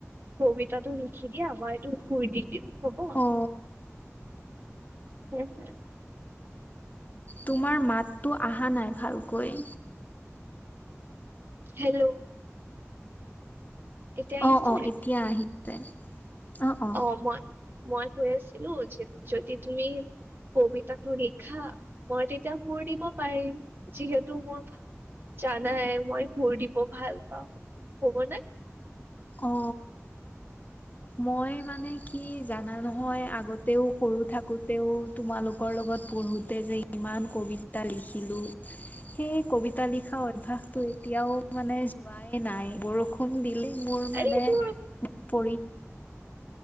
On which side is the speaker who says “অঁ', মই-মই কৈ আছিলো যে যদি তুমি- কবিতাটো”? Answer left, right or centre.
Right